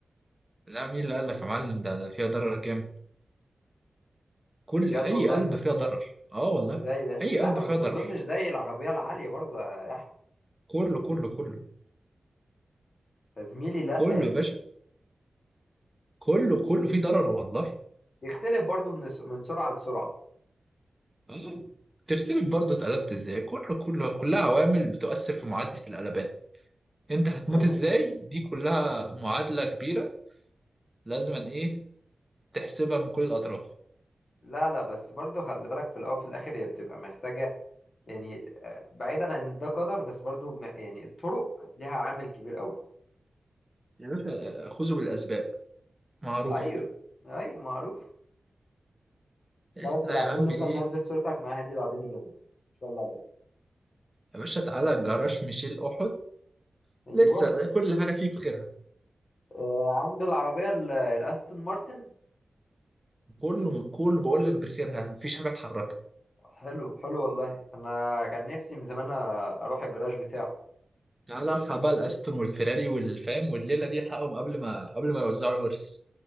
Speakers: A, on the right; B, on the left.
A: لا مين اللي قال لك يا معلم ده ده فيها ضرر جامد كل
B: بجد
A: اي
B: والله
A: علبه فيها ضرر اه والله
B: ازاي ده
A: اي
B: لا
A: علبه
B: بس
A: فيها ضرر
B: ما أظنش زي العربية العالية برضه يا أحمد
A: كله كله كله
B: يا زميلي لا
A: كله
B: يا
A: يا
B: زميلي
A: باشا كله كله فيه ضرر والله
B: يختلف برضه من الس- من سرعة لسرعة
A: آه. تفتكر برضه اتقلبت ازاي كله كله كلها عوامل بتؤثر في معادله القلبان انت هتموت
B: <laughs>
A: ازاي دي كلها معادله كبيره لازم ايه تحسبها من كل الاطراف
B: لا لا بس برضه خلي بالك في الاول وفي الاخر هي بتبقى محتاجه يعني آه، بعيدا عن ده قدر بس برضه م- يعني الطرق ليها عامل كبير قوي
A: يا باشا آه، خذوا بالاسباب معروف
B: ايوه ايوه معروف لا
A: احنا
B: بس العربيه
A: يا عم
B: اللي انت
A: ايه
B: منزل صورتك معاها دي العربيه دي جامده ما شاء الله عليها
A: يا باشا تعالى جراج ميشيل احد
B: ايوه
A: لسه كل حاجه فيه بخيرها
B: آه عنده العربيه ال- الاستون مارتن
A: كله كله بقول لك بخيرها مفيش حاجه اتحركت
B: حلو حلو والله انا كان نفسي من زمان أ- اروح الجراج بتاعه
A: تعالى الحق بقى الاستون والفيراري والفام والليله دي الحقهم قبل ما قبل ما يوزعوا الورث